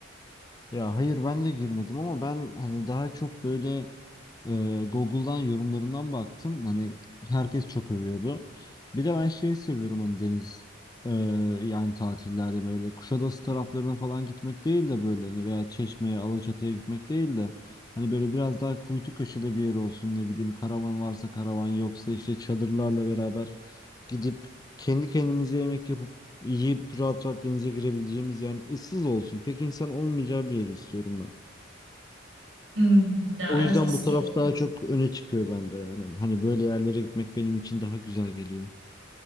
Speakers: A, on the left; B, on the right.
A: Ya hayır ben de girmedim ama ben hani daha çok böyle e, Google'dan yorumlarından baktım. Hani herkes çok övüyordu. Bir de ben şey seviyorum hani deniz e, yani tatillerde böyle Kuşadası taraflarına falan gitmek değil de böyle hani veya Çeşme'ye, Alaçatı'ya gitmek değil de hani böyle biraz daha kuytu köşede bir yer olsun ne bileyim karavan varsa karavan yoksa işte çadırlarla beraber Gidip kendi kendimize yemek yapıp yiyip rahat rahat denize girebileceğimiz yani ıssız olsun. Pek insan olmayacağı bir yeri istiyorum ben.
B: Hmm, ya
A: O yüzden
B: evet aslında
A: bu taraf
B: o-
A: daha çok öne çıkıyor bende yani. Hani böyle yerlere gitmek benim için daha güzel geliyor.